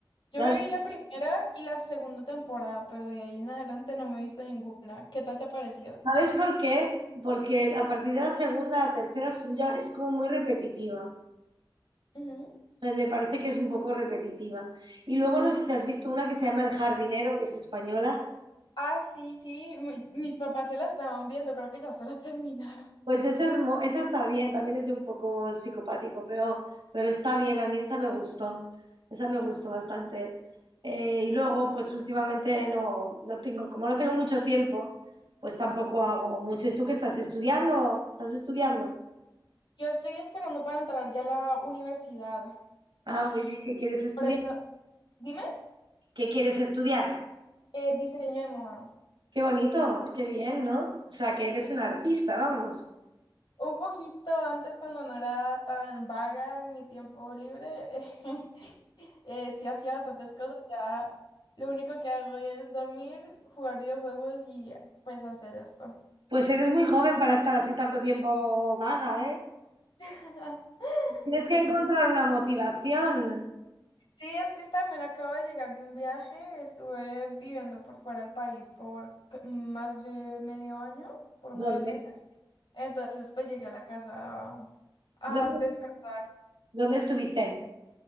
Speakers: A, on the left (about 75°); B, on the right (about 90°).
A: Yo
B: ¿La
A: me vi la primera y la segunda temporada, pero de ahí en adelante no me he visto ninguna. ¿Qué tal te ha parecido?
B: ¿Sabes por qué? Porque a partir de la segunda, la tercera son ya, es como muy repetitiva.
A: Ujú.
B: O sea, me parece que es un poco repetitiva. Y luego no sé si has visto una que se llama El jardinero, que es española.
A: Ah, sí, sí, mi- mis papás se la estaban viendo, creo que ya se la <laughs> terminaron.
B: Pues esa, es, mo- esa está bien, también es de un poco psicopático, pero, pero está bien, a mí esa me gustó, esa me gustó bastante. Eh, y luego, pues últimamente no, no tengo, como no tengo mucho tiempo, pues tampoco hago mucho. ¿Y tú qué estás estudiando? ¿Estás estudiando?
A: Yo estoy esperando para entrar ya a la universidad
B: Ah,
A: y
B: muy bien, ¿qué quieres estudiar?
A: por eso, dime,
B: ¿Qué quieres estudiar?
A: eh, diseño de moda.
B: Qué bonito, qué bien, ¿no? O sea, que
A: Sí.
B: eres un artista, vamos.
A: Un poquito antes cuando no era tan vaga en mi tiempo libre, <laughs> eh, sí hacía bastantes cosas, ya lo único que hago es dormir, jugar videojuegos y pues hacer esto.
B: Pues eres muy joven para estar así tanto tiempo vaga, ¿eh?
A: <laughs>
B: Tienes que encontrar
A: Sí.
B: una motivación.
A: Sí, es que también acabo de llegar de un viaje, estuve viviendo por fuera del país por c- más de medio año, por
B: ¿Dónde?
A: nueve meses, entonces pues llegué a la casa a,
B: ¿Dónde,
A: a descansar.
B: dónde estuviste?